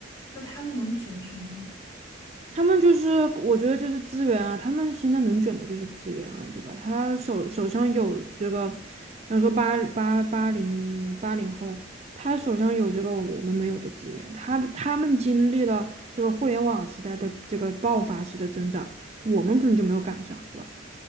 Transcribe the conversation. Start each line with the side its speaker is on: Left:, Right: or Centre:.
Left: 那他们能卷什么呢？
Right: 他们就是，我觉得就是资源啊，他们现在能卷的就是资源啊，对吧？他手手上有这个，比方说八八八零八零后，他手上有这个我们没有的资源，他他们经历了这个互联网时代的这个爆发式的增长，我们可能就没有赶上，对吧？